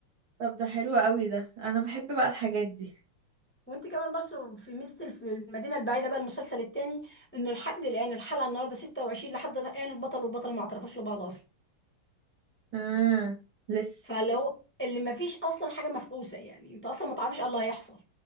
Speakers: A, on the right (about 65°); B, in the centre.
A: طب ده حلو قوي ده انا بحب بقى الحاجات دي
B: وانت كمان برضه في ميزه في المدينه البعيده بقى المسلسل التاني انه لحد الان الحلقه النهارده 26 لحد الان البطل والبطله ما اعترفوش لبعض اصلا
A: امم لسه
B: فلو اللي ما فيش اصلا حاجه مفقوسه يعني انت اصلا ما تعرفش ايه اللي هيحصل